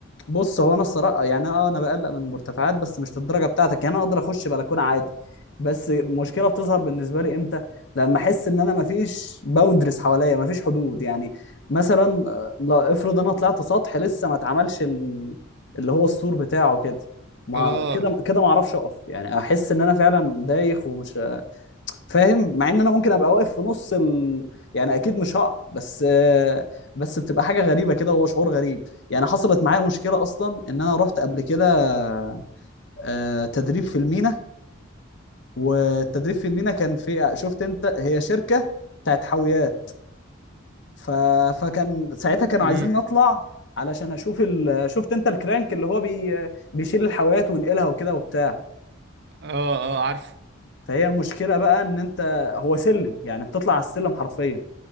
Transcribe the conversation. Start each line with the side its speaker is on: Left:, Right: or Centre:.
Left: بص هو انا الصراحه يعني اه انا بقلق من المرتفعات بس مش للدرجه بتاعتك يعني انا اقدر اخش بلكونه عادي بس المشكله بتظهر بالنسبه لي امتى لما احس ان انا مفيش باوندرز حواليا مفيش حدود يعني مثلا آه، لا افرض انا طلعت سطح لسه ما اتعملش ال- اللي هو السور بتاعه كده ما
Right: اه
Left: كده كده ما اعرفش اقف يعني احس ان انا فعلا دايخ ومش فاهم مع ان انا ممكن ابقى واقف في نص ال... يعني اكيد مش هقع بس آه، بس بتبقى حاجه غريبه كده هو شعور غريب يعني حصلت معايا مشكله اصلا ان انا رحت قبل كده آه، تدريب في المينا والتدريب في المينا كان في شفت انت هي شركه بتاعت حاويات ف... فكان ساعتها كانوا
Right: امم
Left: عايزين نطلع علشان اشوف ال... شفت انت الكرانك اللي هو بي... بيشيل الحاويات وينقلها وكده وبتاع
Right: اه اه عارفه
Left: فهي المشكله بقى ان انت هو سلم يعني بتطلع على السلم حرفيا